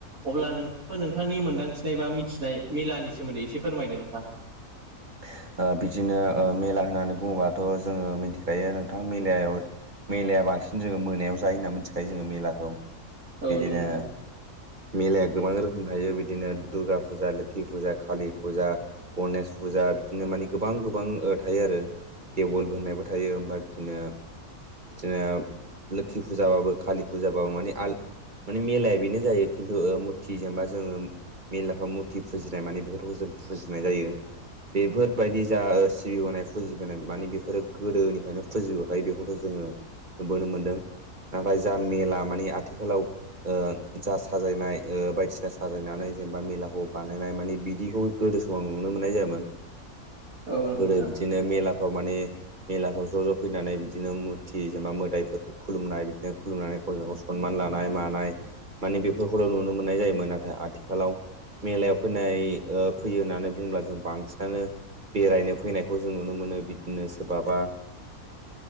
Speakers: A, on the right; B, on the right.
A: अब्ला नों बा नोंथांनि मोन्दांथिनाय बा मिथिनाय मेलानि सोमोन्दै एसे फोरमायदो नोंथां
B: <inaudible> ओ बिदिनो मेला होननानै बुङोबाथ जोङो मिथिखायो नोंथां मेलायाव मेलाया बांसिन जोङो मोनायाव जायो होनना मिथिखायो जोङो मेलाखौ
A: औ
B: बिदिनो
A: नंगौ नोंथां
B: मेलाया गोबां रोखोम थायो बिदिनो दुर्गा फुजा लोखि फुजा कालि फुजा गनेस फुजा बिदिनो माने गोबां गोबां थायो आरो देवल होननायबो थायो ओमफ्राय बिदिनो बिदिनो लोखि फुजाबाबो कालि फुजाबाबो माने आल माने मेलाया बेनो जायो खिन्थु मुरथि जेनेबा जोङो मेलाफ्राव मुरथि फुजिनाय माने बेफोरखौ जों फुजि नाय जायो बेफोरबायदि जा सिबिबोनाय फुजिबोनाय माने बेफोरो गोदोनिफ्रायनो फुजिबोखायो बेखौथ जोङो नुबोनो मोन्दों नाथाय जा मेला माने आथिखालाव ओ जा साजायनाय ओ बायदिसिना साजायनानै जेनेबा मेलाखौ बानायनाय माने बिदिखौ गोदो समाव नुनो मोननाय जायामोन
A: औ नंगौ
B: गोदो
A: नोंथां
B: बिदिनो मेलाफ्राव माने मेलाफ्राव ज' ज' फैनानै बिदिनो मुरथि जेनबा मोदायफोरखौ खुलुमनाय बिदिनो खुलुमनानै गावजों गाव सनमान लानाय मानाया मानिे बेफोरखौल नुनो मोननाय जायोमोन नाथाय आथिखालाव मेलायाव फैनाय ओ फैयो होननानै बुंङोब्ला जों बांसिनानो बेरायनो फैनायखौ जों नुनो मोनो बिदिनो सोरबाबा